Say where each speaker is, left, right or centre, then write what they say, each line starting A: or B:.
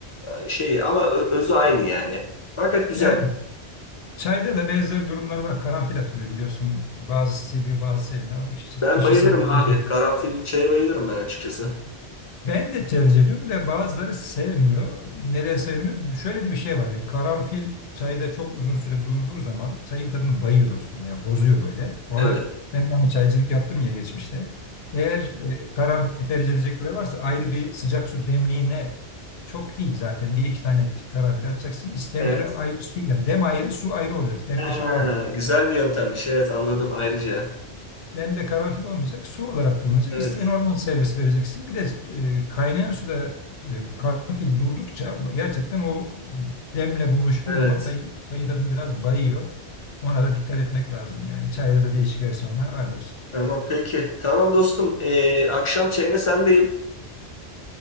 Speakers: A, on the left (about 50°); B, on the left (about 70°).
A: E, şey ama ö- özü aynı yani. Fakat güzel.
B: Yani çayda da benzer durumlar var. Karanfil atılıyor biliyorsun. Bazısı seviyor, bazısı sevmiyor. İşte
A: Ben
B: kişisel
A: bayılırım
B: tercih.
A: abi. Karanfilli çaya bayılırım ben açıkçası.
B: Ben de tercih ediyorum da bazıları sevmiyor. Neden sevmiyor? Şöyle de bir şey var. Karanfil çayda çok uzun süre durduğu zaman çayın tadını bayıyor dostum ya. Bozuyor böyle. Ona
A: Evet.
B: ben de hani çaycılık yaptım ya geçmişte. Eğer e, karanfil tercih edecekleri varsa ayrı bir sıcak su demliğine çok değil zaten. Bir iki tane karanfil atacaksın. İsteyenlere
A: Evet.
B: ayrı su, yani dem ayrı su ayrı olacak. Demde
A: Ha,
B: şey olmuyor.
A: güzel bir yöntemmiş. Evet anladım ayrıca.
B: Dende karanfil olmayacak. Su olarak bulunacak.
A: Evet.
B: İsteyen oradan servis vereceksin. Bir de e, kaynayan suda e, karanfil durdukça gerçekten o demle buluştuğu
A: Evet.
B: zaman tay, tayın tadını biraz bayıyor. Ona da dikkat etmek lazım yani. Çayda da değişik versiyonlar var dostum.
A: Tamam peki. Tamam dostum. Ee, akşam çayına sendeyim.